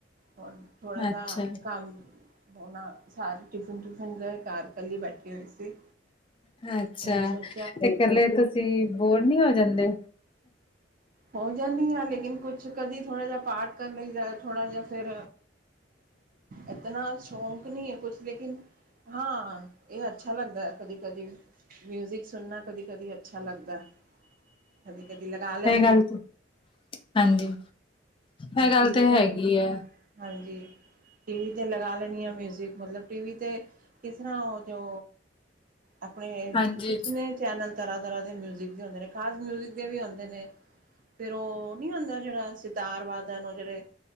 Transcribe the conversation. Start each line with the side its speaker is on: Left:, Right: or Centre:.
Right: ਹੁਣ। ਥੋੜਾ
Left: ਅੱਛਾ
Right: ਜਾ ਕੰਮ। ਹੁਣ ਸਾਰੇ ਟਿਫਿਨ ਟਿਫਨ ਦੇ ਘਰ, ਇਕੱਲੀ ਬੈਠੀ ਹੋਈ ਸੀ
Left: ਅੱਛਾ,
Right: ਹੁਣ ਸੋਚਿਆ
Left: ਤੇ ਇਕੱਲੇ ਤੁਸੀਂ ਬੋਰ ਨੀ ਹੋ ਜਾਂਦੇ।
Right: ਹੋ ਜਾਂਦੀ ਹਾਂ, ਲੇਕਿਨ ਕੁਛ ਕਦੀ ਥੋੜਾ ਜਿਹਾ ਪਾਠ ਕਰ ਲਈਦਾ ਥੋੜ੍ਹਾ ਜਿਹਾ ਫਿਰ ਇਤਨਾ ਸ਼ੌਂਕ ਨਹੀਂ ਐ ਕੁਛ ਲੇਕਿ ਹਾਂ, ਇਹ ਅੱਛਾ ਲੱਗਦਾ ਕਦੀ ਕਦੀ ਮਿਊਜਿਕ ਸੁਣਨਾ ਕਦੀ- ਕਦੀ। ਅੱਛਾ ਲੱਗਦਾ, ਕਦੀ- ਕਦੀ ਲਗਾ ਲੈ
Left: ਹਾਂਜੀ-ਹਾਂਜੀ ਇਹ ਗੱਲ
Right: ਟੀ ਵੀ
Left: ਤਾਂ
Right: 'ਤੇ
Left: ਹੈਗੀ ਹੈ।
Right: ਹਾਂਜੀ ਟੀ ਵੀ 'ਤੇ ਲਗਾ ਲੈਣੀ ਆ ਮਿਊਜ਼ਿਕ, ਮਤਲਬ ਟੀ ਵੀ 'ਤੇ ਕਿਸ ਤਰ੍ਹਾਂ ਉਹ ਜੋ, ਆਪਣੇ
Left: ਹਾਂਜੀ
Right: ਕਿਤਨੇ ਚੈਨਲ ਤਰ੍ਹਾਂ- ਤਰ੍ਹਾਂ ਦੇ ਮਿਊਜਿਕ ਦੇ ਹੁੰਦੇ ਨੇ। ਡਾਂਸ ਮਿਊਜ਼ਿਕ ਦੇ ਵੀ ਹੁੰਦੇ ਨੇ। ਫਿਰ ਓਹ ਨੀ ਹੁੰਦਾ ਜਿਹੜਾ ਸਿਤਾਰਵਾਦਨ ਓਹ ਜਿਹੜੇ,